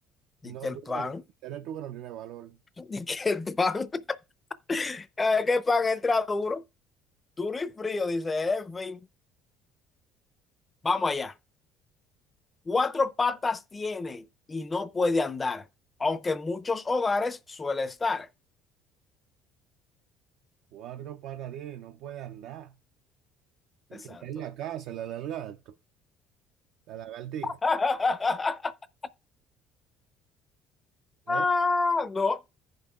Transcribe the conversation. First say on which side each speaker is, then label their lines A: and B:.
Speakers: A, on the left; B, on the right.
A: di
B: No,
A: que el
B: tú
A: pan,
B: eres, eres tú que no tienes valor.
A: <laughs> di que el pan, <laughs> eh, que el pan entra duro. Duro y frío, dice, en fin. Vamos allá. Cuatro patas tiene y no puede andar, aunque en muchos hogares suele estar.
B: Cuatro patadines, no puede andar. Y
A: Exacto.
B: que está en la casa, la lagarto, la lagartija,
A: <laughs>
B: ¿eh?
A: Ah, no.